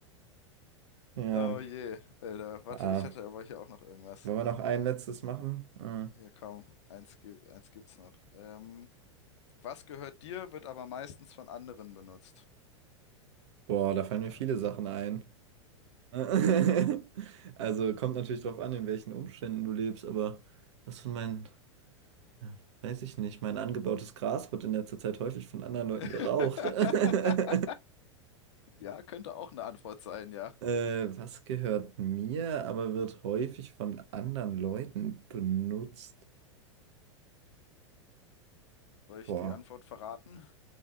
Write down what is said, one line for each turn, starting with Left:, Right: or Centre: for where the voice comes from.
Right: Ja,
Left: Oh je, Alter, warte,
Right: ah,
Left: ich hatte aber hier auch noch irgendwas.
Right: wollen wir noch ein letztes machen? Ah,
Left: Ja, kaum. Eins, gi- eins gibt's noch. Ähm, was gehört dir, wird aber meistens von anderen benutzt.
Right: boah, da fallen
Left: Ja.
Right: mir viele Sachen ein. <laughs> Also kommt natürlich drauf an, in welchen Umständen du lebst, aber was von meinen, ja, weiß ich nicht, mein angebautes Gras wird in letzter Zeit häufig von anderen Leuten
Left: <laughs>
Right: geraucht. <laughs>
Left: Ja, könnte auch eine Antwort sein, ja.
Right: Äh, was gehört mir, aber wird häufig von anderen Leuten benutzt?
Left: Soll ich
Right: Boah.
Left: die Antwort verraten?